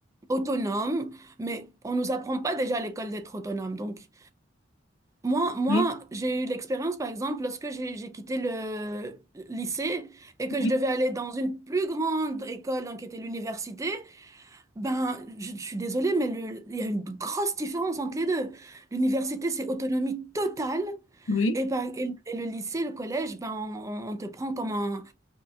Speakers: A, on the right; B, on the left.
A: autonome, mais on nous apprend pas déjà à l'école d'être autonome. Donc, moi, moi,
B: oui,
A: j'ai eu l'expérience, par exemple, lorsque j'ai j'ai quitté le lycée et que
B: oui,
A: je devais aller dans une plus grande école, donc qui était l'université. Ben, je, je suis désolée, mais le- il y a une grosse différence entre les deux. L'université, c'est autonomie totale,
B: oui,
A: et, ben, et, et le lycée, le collège, ben, on, on te prend comme un,